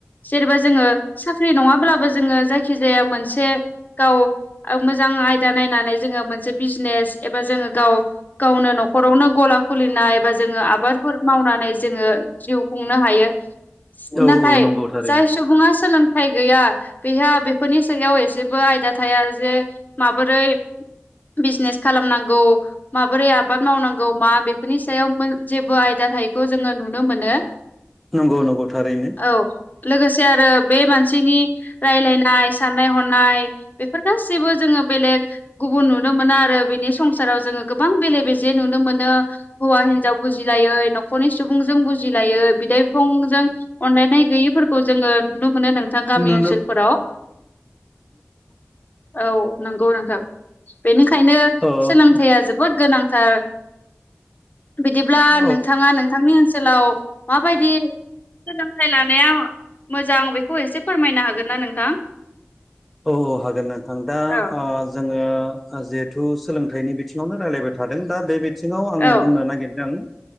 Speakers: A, on the left; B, in the centre.
A: जेनेबा जोङो साख्रि नङा ब्लाबो जोङो जायखि जाया मोनसे गाव ओ मो जां आयदा नायनानै जोङो मोनसे बिजनेस एबा जोङो गाव गावनो न'खरावनो गला खुलिनाय एबा जोङो आबादफोर मावनानै जोङो जिउ खुंनो हायो
B: औ
A: नाथाय
B: औ नंगौ थारैनो
A: जाय सुबुङा सोलों थाइ गैया बेहा बेफोरनि सायाव एसेबो आयदा थाया जे माबोरै बिजनेस खालामनांगौ माबोरै आबाद मावनांगौ मा बेफोरनि सायाव जेबो आयदा थायिखौ जोङो नुनो मोनो
B: नंगौ नंगौ थारैनो
A: औ लोगोसे आरो बे मानसिनि रायलायनाय साननाय हनाय बेफोर गासैबो जों जोङो बेलेख गुबुन नुनो मोना आरो बिनि संसाराव जोङो गोबां बेले-बेजे नुनो मोनो हौवा हिनजाव बुजिलायै न'खरनि सुबुंजों बुजिलायो बिदाय बिफंजों अनलायनाय गैयैफोरखौ जोङो नुनो मोनो। नोंथां गामि
B: नुनो
A: ओनसोलफोराव औ नंगौ नोंथां बेनिखायनो
B: अ
A: सोलोंथाइया जोबोद गोनां। सार बिदिब्ला
B: औ
A: नोंथाङा नोंथांनि ओनसोलाव माबायदि। सोलोंथाइ लानाया मोजां बेखौ एसे फोरमायनो हागोन ना नोंथां?
B: औ औ हागोन नोंथां दा
A: औ
B: जोङो जिहेथु सोलोंथाइनि बिथिङावनो राय्लायबाय थादों दा बे बिथिङाव आङो
A: औ
B: बुंनो नागिरदों